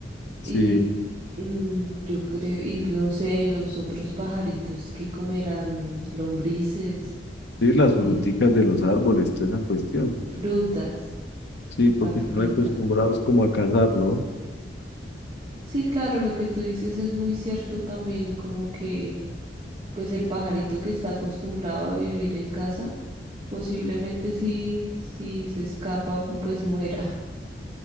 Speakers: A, on the right; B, on the left.
A: Y
B: Sí,
A: mm, yo creo, y no sé, los otros pajaritos que comerán lombrices,
B: sí, las fruticas
A: eh,
B: de los árboles, toda esa cuestión.
A: frutas,
B: Sí, porque
A: la fruta.
B: están acostumbrados como a cazar, ¿no?
A: Sí, claro, lo que tú dices es muy cierto también, como que pues el pajarito que está acostumbrado a vivir en casa, posiblemente si, si se escapa, pues muera. <laughs>